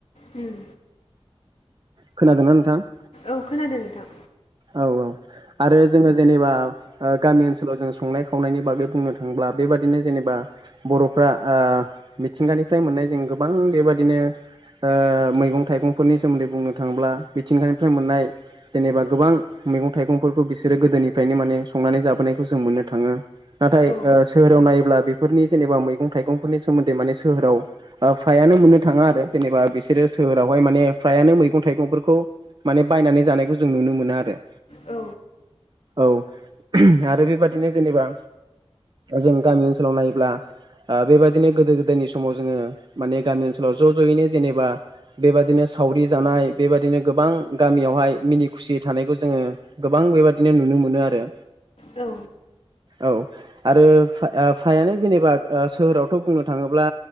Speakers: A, on the left; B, on the right.
A: उम
B: खोनादों ना नोंथां?
A: औ खोनादों नोंथां।
B: औ औ आरो जोङो जेनेबा ओ गामि ओनसोलाव जों संनाय खावनायनि बागै बुंनो थाङोब्ला बेबादिनो जेनेबा बर'फ्रा ओ मिथिंगानिफ्राय मोननाय जों गोबां बेबादिनो ओ मैगं थाइगंफोरनि सोमोन्दै बुंनो थाङोब्ला मिथिंगानिफ्राय मोननाय जेनेबा गोबां मैगं थायगंफोरखौ बिसोरो गोदोनिफ्रायनो माने संनानै जाबोनायखौ जों मोननो थाङो नाथाय
A: औ
B: ओस सोहोराव नायोब्ला बेफोरनि जेनेबा मैगं थाइगंफोरनि सोमोन्दै माने सोहोराव ओ फायानो मोननो थाङा आरो जेनेबा बिसोरो सोहोरावहाय माने फ्रायानो मैगं थाइगंफोरखौ माने बायनानै जानायखौ जों नुनो मोनो आरो
A: औ
B: औ आरो बेबादिनो जेनेबा जों गामि ओनसोलाव नायोब्ला ओ बेबादिनो गोदो गोदायनि समाव जोङो माने गामि ओनसोलाव ज' ज'यैनो जेनेबा बेबादिनो सावरि जानाय बेबादिनो गोबां गामियावहाय मिनि खुसि थानायखौ जोङो गोबां बेबादिनो नुनो मोनो आरो
A: औ
B: औ आरो फाया फायानो जेनेबा ओ सोहोरावथ' बुंनो थाङोब्ला